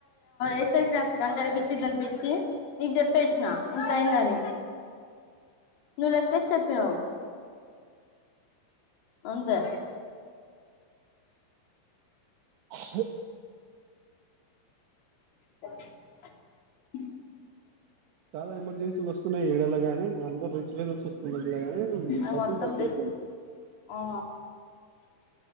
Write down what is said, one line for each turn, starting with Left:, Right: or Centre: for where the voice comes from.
Left: ఎత్తే <unintelligible> <unintelligible> పిచ్చి నీకు చెప్పేసిన ఇంత అయిందని, నువ్వు లెక్కేసి చెప్పినావు అంతే
Right: చె
Left: అ
Right: చాలా ఎమర్జెన్సీలు వస్తున్నాయి. ఈడలా గానీ అంద <unintelligible> ఉన్నాది. <unintelligible>
Left: అది
Right: చప్పులు
Left: మొత్తం
Right: తగ్గియట్లేదు.
Left: ఆ